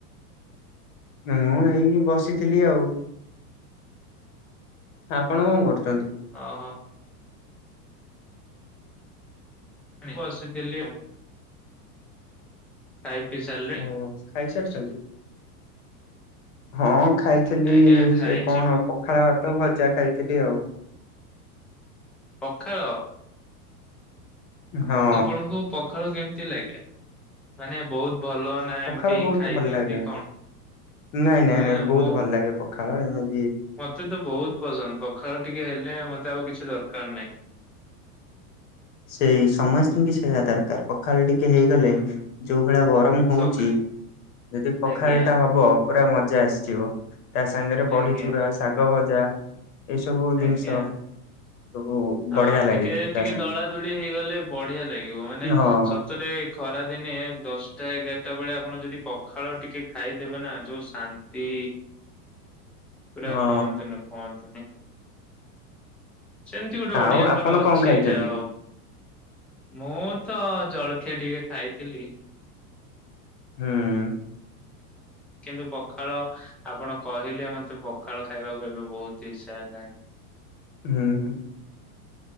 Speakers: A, on the left (about 60°); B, in the centre.
A: ମୁଁ ଏଇ ବସିଥିଲି ଆଉ। ଆପଣ କଣ କରୁ
B: ଅହ। ବସିଥିଲି ଆଉ। ଖାଇ ପିଇ ସାରିଲେଣି?
A: ଓ ଖାଇସାରିଚନ୍ତି ହଁ ଖାଇଥିଲି
B: ଆଜ୍ଞା ଖାଇଛି
A: ସେ କଣ
B: ମୁଁ
A: ପଖାଳ ଭାତ ଭଜା ଖାଇଥିଲି ଆଉ।
B: ପଖାଳ।
A: ହଁ
B: ଆପଣଙ୍କୁ ପଖାଳ କେମତି ଲାଗେ ମାନେ ବହୁତ ଭଲ ନା ଏମିତି
A: ପଖାଳ
B: ହିଁ
A: ବହୁତ
B: ଖାଇ
A: ଭଲ
B: ଦିଅନ୍ତି
A: ଲାଗେ
B: କଣ?
A: ନାଇଁ ନାଇଁ
B: ମାନେ
A: ନାଇଁ ବହୁତ
B: ମୋ
A: ଭଲ ଲାଗେ ପଖାଳ ଏମିତ
B: ମତେ ତ ବହୁତ ପସନ୍ଦ ପଖାଳ ଟିକେ ହେଲେ ମତେ ଆଉ କିଛି ଦରକାର ନାହିଁ।
A: ସେଇ ସମସ୍ତିଙ୍କି ସେୟା ଦରକାର ପଖାଳ ଟି କେ ହେଇଗଲେ
B: ହୁଁ
A: ଯୋଉ ଭଳିଆ ଗରମ ହଉଚି
B: ସକା
A: ଯଦି ପଖାଳ
B: ଆଜ୍ଞା
A: ଟା ହବ। ପୁରା ମଜା ଆସିଯିବ ତା ସାଙ୍ଗରେ ବଢ଼ି
B: ଆଜ୍ଞା
A: ଚୁରା, ଶାଗ ଭଜା। ଏଇ ସବୁ ଜିନିଷ
B: ଆଜ୍ଞା।
A: ସବୁ
B: ହଁ
A: ବଢିଆ ଲାଗେ।
B: ଟିକେ
A: ତା
B: ଟିକେ
A: ସାଙ୍ଗକୁ
B: ଦଳା ଦୁଳି ହେଇଗଲେ ବଢିଆ ଲାଗିବ ମାନେ
A: ହଁ
B: ସତରେ ଖରା ଦିନେ ଦଶଟା ଏଗା ଟା ବେଳେ ଆପଣ ଯଦି ପଖାଳ ଟିକେ ଖାଇଦେବେ ନା ଯୋଉ ଶାନ୍ତି। ପୁରା
A: ହଁ
B: କହନ୍ତୁନି କହନ୍ତୁନି। ସେମତି ଗୋଟେ
A: ଆଉ
B: ଓଡିଆଙ୍କର
A: ଆପଣ
B: ଅଛି
A: କଣ ଖାଇଛନ୍ତି?
B: ଯାହା ହଉ ମୁଁ ତ ଜଳ ଖିଆ ଟିକେ ଖାଇଥିଲି।
A: ହୁଁ ଉଁ।
B: କିନ୍ତୁ ପଖାଳ ଆପଣ କହିଲେ ମତେ ପଖାଳ ଖାଇବାକୁ ଏବେ ବହୁତ ଇଚ୍ଛା ହେଲାଣି।
A: ହୁଁ ହୁଁ ।